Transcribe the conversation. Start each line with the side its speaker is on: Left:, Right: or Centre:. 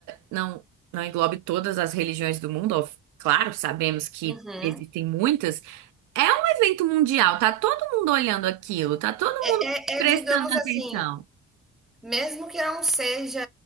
Right: não, não englobe todas as religiões do mundo, ó, claro, sabemos que
Centre: Uhum.
Right: existem muitas, é um evento mundial, tá todo mundo olhando aquilo, tá todo
Centre: É,
Right: mundo
Centre: é,
Right: prestando
Centre: é, digamos
Right: atenção.
Centre: assim, Mesmo que não seja